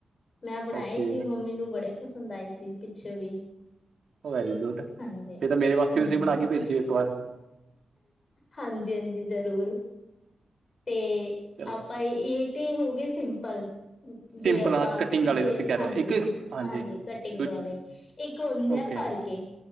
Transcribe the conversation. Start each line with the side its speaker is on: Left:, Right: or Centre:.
Left: ਮੈਂ ਬਣਾਏ
Right: ਓਕੇ
Left: ਸੀ ਮੰਮੀ ਨੂੰ ਬੜੇ ਪਸੰਦ ਆਈ ਸੀ। ਪਿੱਛੋ ਵੀ
Right: ਓ ਵੈਰੀ ਗੁੱਡ,
Left: ਹਾਂਜੀ
Right: ਫੇਰ ਤਾਂ ਮੇਰੇ ਵਾਸਤੇ
Left: ਹਮ
Right: ਵੀ ਤੁਸੀਂ ਬਣਾ ਕੇ ਭੇਜਿਓ, ਇੱਕ ਵਾਰ।
Left: ਹਾਂਜੀ, ਹਾਂਜੀ ਜ਼ਰੂਰ, ਤੇ
Right: ਚਲੋ
Left: ਆਪਾਂ ਏ, ਏ ਤੇ ਹੋਗੇ ਸਿੰਪਲ
Right: ਸਿੰਪਲ
Left: ਜੇ ਆਪਾਂ
Right: ਹਾਂ ਕਟਿੰਗ ਵਾਲੇ
Left: ਜੇ
Right: ਤੁਸੀਂ ਕਹਿ
Left: ਹਾਂਜੀ-ਹਾਂਜੀ
Right: ਰਹੇ ਹੋ ਇੱਕ ਹਾਂਜੀ
Left: ਕਟਿੰਗ
Right: ਦੂਜ
Left: ਵਾਲੇ ਇੱਕ ਹੁੰਦੇ
Right: ਓਕੇ
Left: ਆ ਭਰਕੇ